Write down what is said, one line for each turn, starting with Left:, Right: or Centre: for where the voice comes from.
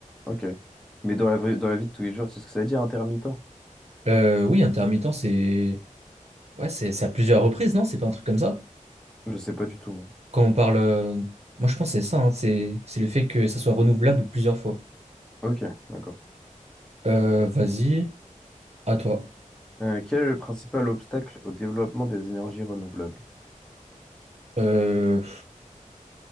Centre: Ok. Mais dans la, vraie- dans la vie de tous les jours, tu sais ce que ça veut dire, intermittent?
Right: Euh, oui, intermittent, c'est. Ouais, c'est c'est à plusieurs reprises, non? C'est pas un truc comme ça?
Centre: Je sais pas du tout, moi.
Right: Quand on parle. euh, Moi, je pense que c'est ça, hein. C'est c'est le fait que ça soit renouvelable plusieurs fois.
Centre: Ok, d'accord.
Right: Euh, vas-y, à toi.
Centre: Euh, quel est le principal obstacle au développement des énergies renouvelables?
Right: Euh,